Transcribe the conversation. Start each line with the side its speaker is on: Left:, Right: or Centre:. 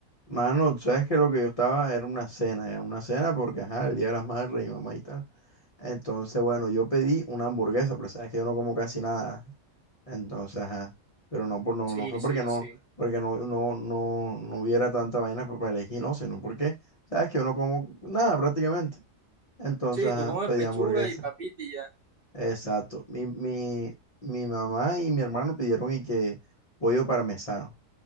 Left: Mano, tú sabes que lo que yo estaba era una cena, ya una cena porque, ajá, el Día de las Madres y mamá y tal. Entonces, bueno, yo pedí una hamburguesa, pero sabes que yo no como casi nada. Entonces, ajá, pero no, por- no,
Right: Sí,
Left: no fue
Right: sí,
Left: porque no,
Right: sí.
Left: porque no, no, no, no hubiera tanta vaina pa- para elegir, no, sino porque, sabes que yo no como nada prácticamente. Entonces,
Right: Sí,
Left: ajá,
Right: tú comes
Left: pedí
Right: pechuga
Left: hamburguesa.
Right: y papita y ya.
Left: Exacto. Mi, mi, mi mamá y mi hermano pidieron y que pollo parmesano.